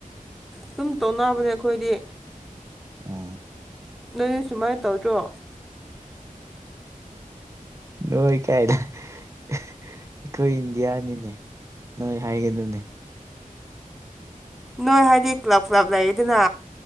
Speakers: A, in the centre; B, on the right.
A: ꯑꯗꯨꯝ ꯇꯧꯅꯕꯅꯦ ꯑꯩꯈꯣꯏꯗꯤ
B: ꯑ
A: ꯅꯣꯏꯅꯦ ꯁꯨꯃꯥꯏꯅ ꯇꯧꯗ꯭ꯔꯣ
B: ꯅꯣꯏ ꯀꯥꯏꯗ ꯑꯩꯈꯣꯏ ꯏꯟꯗꯤꯌꯥꯅꯤꯅꯦ ꯅꯣꯏ ꯍꯥꯏꯒꯗꯨꯅꯦ
A: ꯅꯣꯏ ꯍꯥꯏꯗꯤ ꯀ꯭ꯂꯕ ꯀ꯭ꯂꯕ ꯂꯩꯗꯅ